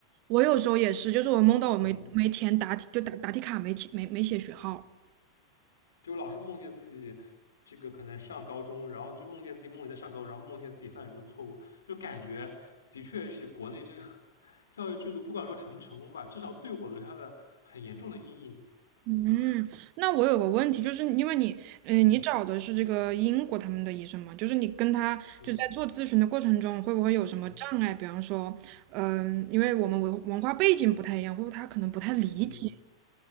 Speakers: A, on the right; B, on the left.
A: 我有时候也是，就是我梦到我没没填答题，
B: 嗯，
A: 就答答题卡没填没没写学号。
B: 就老是梦见自己这个可能上高中，然后就梦见自己梦里在上高中，然后梦见自己犯什么错误，就感觉的确是国内这个 <laughs> 教育制度，不管说成不成功吧，至少对我留下了很严重的阴影，
A: 嗯，那我有个问题，就是因为你，嗯、呃你找的是这个英国他们的医生嘛，就是你跟他就在做咨询的过程中，
B: 嗯
A: 会不会有什么障碍？
B: 嗯
A: 比方说，嗯、因为我们文文化背景不太一样，或者他可能不太理解。
B: 嗯。